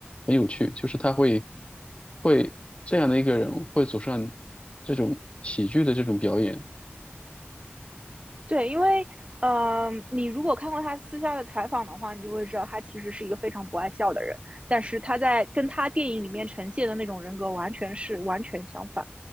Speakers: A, on the left (about 30°); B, on the right (about 30°).
A: 很有趣，就是他会会这样的一个人会走上这种喜剧的这种表演，
B: 对，因为呃，你如果看过他私下的采访的话，你就会知道他其实是一个非常不爱笑的人，但是他在跟他电影里面呈现的那种人格完全是完全相反。